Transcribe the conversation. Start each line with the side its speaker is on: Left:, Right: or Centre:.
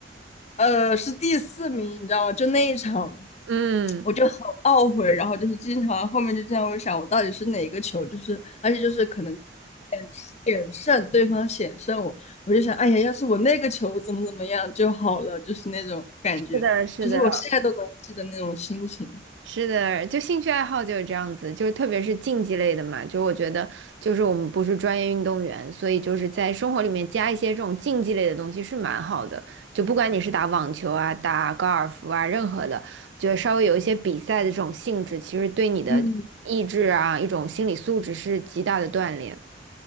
Left: 呃，是第四名，你知道吗？就那一场，
Right: 嗯，
Left: 我就很懊悔，然后就是经常后面就这样会想，我到底是哪个球？就是而且就是可能险胜对方险胜我，我就想，哎呀，要是我那个球怎么怎么样就好了，就是那种感觉，
Right: 是的，是的，
Left: 就是我现在都能记得那种心情。
Right: 是的，就兴趣爱好就是这样子，就是特别是竞技类的嘛，就我觉得，就是我们不是专业运动员，所以就是在生活里面加一些这种竞技类的东西是蛮好的。就不管你是打网球啊、打高尔夫啊，任何的，就得稍微有一些比赛的这种性质，其实对你的意志啊，
Left: 嗯。
Right: 一种心理素质是极大的锻炼。